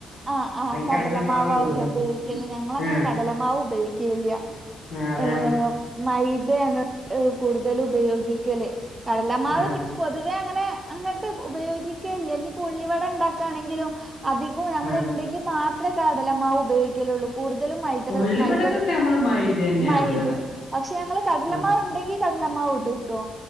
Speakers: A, on the right; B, on the left.
A: ആഹ് ആഹ് കടലമാവാവൂലേ
B: കടലമാവാ കൂടുതലും
A: ഉപയോഗിക്കല് ഞങ്ങള് അങ്ങനെ
B: ആഹ്
A: കടലമാവ് ഉപയോഗിക്കേയില്ല
B: ആഹ് അതെ
A: ഏഹ് മൈദ ആണ് ആഹ് കൂടുതല് ഉപയോഗിക്കല് കടലമാവ്
B: ആഹ്
A: പി പൊതുവേ അങ്ങനെ അങ്ങട്ട് ഉപയോഗിക്കേയില്ല ഇനിപ്പം ഉള്ളിവട ഇണ്ടാക്കുവാണെങ്കിലും അധി
B: ഉം
A: മാത്രേ കടല മാവുപയോഗിക്കലുള്ളൂ കൂടുതലും മൈദടെ
B: ഉള്ളിവടക്കൊക്കെ
A: മൈദ
B: നമ്മള് മൈദ തന്നെയാ
A: മൈദ
B: ഇട
A: പക്ഷെ ഞങ്ങള് കടലമാവുണ്ടെങ്കി
B: ആഹ്
A: കടലമാവിടുട്ടോ